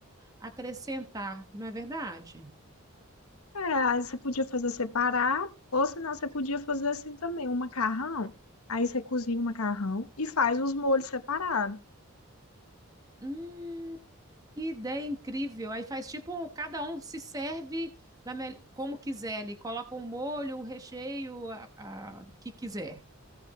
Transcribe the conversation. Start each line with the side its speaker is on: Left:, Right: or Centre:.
Right: acrescentar, não é verdade?
Left: É, aí você podia fazer separado, ou senão você podia fazer assim também, um macarrão. Aí você cozinha o macarrão e faz os molhos separados.
Right: Hum, que ideia incrível. Aí faz tipo, um, cada um se serve da me- como quiser ali, coloca o molho, o recheio, a, a- o que quiser.